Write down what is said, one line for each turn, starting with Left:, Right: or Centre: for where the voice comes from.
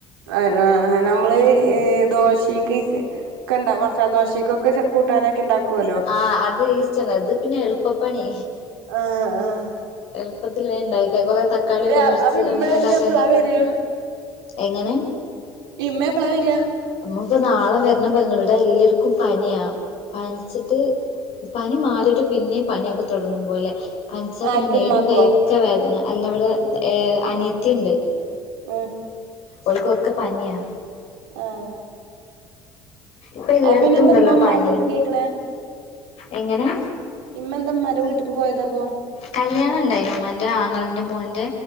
Right: അഹ് ആഹ് അഹ് നമ്മള് ദോശക്ക് ക്കണ്ട മസാല ദോശക്കൊക്കെ കൂട്ടാനൊക്കെ ഉണ്ടാക്കുല്ലോ
Left: ആഹ് അത് ഇസ്ദ്ൻ ഇത് പിന്നെ എളുപ്പപ്പണി
Right: ഏഹ് ഏഹ്
Left: എളുപ്പത്തിൽ വേണ്ടായിക്ക കൊറെ തക്കാളിയക്കെ
Right: രാ
Left: മുറിച്ച്
Right: അപ്പൊ ഇമ്മ
Left: ങ്ങനെ ണ്ടാക്കണ്ട
Right: ഇനി എപ്പളാ വരിക
Left: എങ്ങനെ?
Right: ഇമ്മ എപ്പളാ വെര?
Left: അമ്മ ഇപ്പോ നാളെ വരണം പറഞ്ഞു ഇവിടെ എല്ലാവർക്കും പനിയാ പനിച്ചിട്ട്- പനി മാറിയിട്ട് പിന്നെ പണിയൊക്കെ തുടങ്ങുമ്പോ അല്ലേ പനിച്ച പിന്നെ
Right: ആർക്ക്
Left: മേലും
Right: ഇമ്മാക്കോ
Left: കൈയും ക്ക വേദന അല്ല അവിടെ അനിയത്തിണ്ട്
Right: ഓഹ്
Left: ഓള്ക്കൊക്കെ പനിയാ
Right: ആഹ്
Left: പ്പ എല്ലായിടത്തുണ്ടല്ലോ
Right: അപ്പൊ പിന്നെ എന്താ ഇമ്മ ഇമ്മാന്റെ
Left: പനി
Right: വീട്ടിക്ക് പോയിക്കണേ
Left: എങ്ങനെ?
Right: ഇമ്മെന്താമാന്റെ വീട്ടിക്ക് പോയതപ്പോ?
Left: കല്യാണം ണ്ടായിരുന്നു മ്മാന്റെ ആങ്ങളന്റെ മോന്റെ